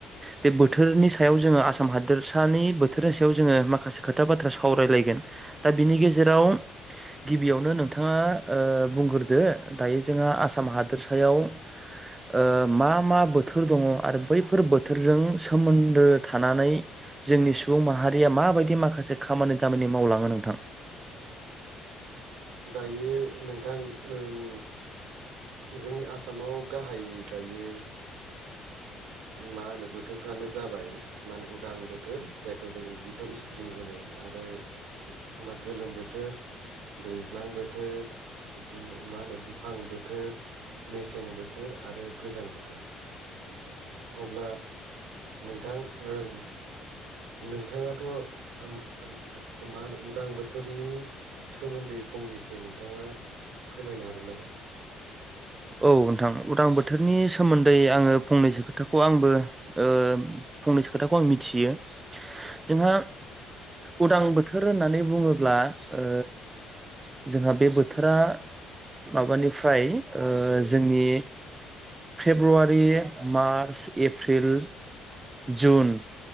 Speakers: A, on the right (about 20°); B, on the right (about 90°).
A: बे बोथोरनि सायाव जोङो आसाम हादोरसानि बोथोरनि सायाव जोङो माखासे खोथा बाथ्रा सावरायलायगोन। दा बिनि गेजेराव गिबियावनो नोंथाङा बुंग्रोदो दायो जोंहा आसाम हादोरसायाव ओ मा मा बोथोर दङ आरो बैफोर बोथोरजों सोमोन्दो थानानै जोंनि सुबुं माहारिया माबायदि माखासे खामानि दामानि मावलाङो नोंथां
B: दायो नोंथां ओं जोंनि आसामाव गाहाय दायो। मा होनो बोथोरफ्रानो जाबाय मा होनो उदां बोथोर जायखौ जों इंलिसाव स्प्रिं होनो आरो मा गोलोम बोथोर दैज्लां बोथोर मा होनो दुफां बोथोर मेसें बोथोर आरो गोजां बोथोर। अब्ला नोंथां ओं नोंथाङाथ' मा होनो उदां बोथोर बोथोरनि सोमोन्दै फंनैसो नोंथाङा फोरमायनो हागोन नामा?
A: औ नोंथां उदां बोथोरनि सोमोन्दै आङो फंनैसो खोथाखौ आंबो ओ फंनैसो खोथाखौ आं मिथियो जोंहा उदां बोथोर होननानै बुङोब्ला ओ जोंहा बे बोथोरा माबानिफ्राय जोंनि फेब्रुवारि, मार्च, एप्रिल जुन